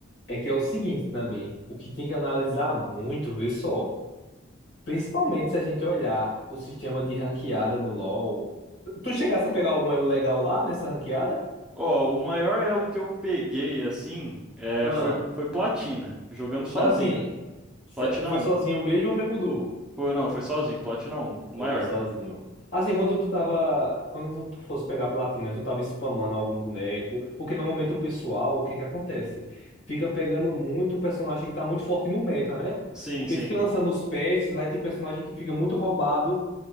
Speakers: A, on the left (about 60°); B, in the centre.
A: É que é o seguinte também, o que tem que analisar muito, vê só, principalmente se a gente olhar o sistema de ranqueada no LoL. Tu chegasse a pegar algum elo legal lá nessa ranqueada?
B: Ó, o maior elo que eu peguei, assim, é,
A: Ah,
B: foi, foi Platina, jogando sozinho.
A: mas assim, se-
B: Platina
A: foi
B: um
A: sozinho mesmo ou foi com duo?
B: Foi, não, foi sozinho, Platina um o
A: Foi
B: maior.
A: sozinho. Assim, quando tu tava, quando tu fosse pegar platina, tu tava spamando algum boneco, porque normalmente o pessoal, o que que acontece? Fica pegando muito personagem que tá muito forte no meta, né?
B: Sim,
A: Porque
B: sim.
A: fica lançando os patches, aí tem personagem que fica muito roubado